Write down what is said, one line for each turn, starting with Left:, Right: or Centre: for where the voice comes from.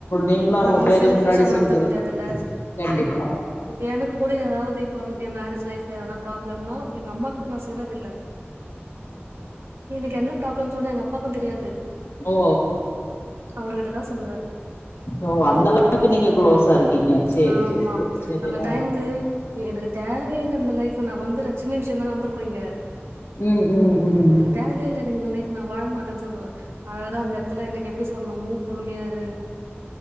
Left: நீங்களு அவுங்க
Right: நம்ம
Left: பேருக்கு
Right: செல்ஃபிஷா
Left: முன்னாடி
Right: நடந்துக்க
Left: சொல்றது
Right: முடியாதுல்ல
Left: கண்டிப்பா
Right: இப்ப எனக்கு கூட ஏதாவ்து இப்ப எ மேரேஜ் லைப்ல எதனா ப்ராப்ளம்னா எங்க அம்மாக்கு நா சொன்னதுல்ல எனக்கு என்ன ப்ராப்ளம் சொன்ன எங்க அப் அப்பாக்கு தெரியாது
Left: ஓ
Right: அவருகிட்ட தா சொல்லுவே
Left: ஓ அந்த அளவுக்கு நீங்க க்ளோஸா
Right: ம்
Left: இருக்கீங்க சேரி
Right: ஆமா
Left: சேரி சேரி
Right: அந்த
Left: ஆ
Right: டைம்கு எனக்கு தேவயே இல்ல இந்த லைஃப் நா வந்துறே சின்ன விஷ்யோ தா நடந்திருக்கு இங்க
Left: ம் ம் ம்
Right: தேவையே இல்ல எனக்கு இந்த லைஃப் நா வாழ மாட்டேன்னு சொல்டுவே அழகா அந்த எடத்துல எனக்கு எப்டி சொல்லணுமோ பொறுமையா இருந்